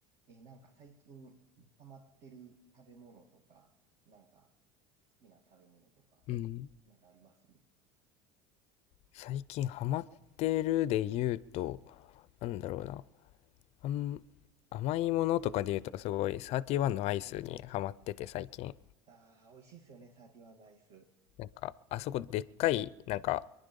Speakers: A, on the right; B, on the left.
A: えーなんか最近ハマってる食べ物とか、なんか好きな食べ物とか、
B: うん、
A: なんかあります
B: 最近ハマってるで言うと、なんだろうな、あん、甘いものとかで言うとすごい31のアイスにハマってて最近。
A: ああー、美味しいですよね、サーティワンダイス。
B: なんか、あそこでっかい、なんか、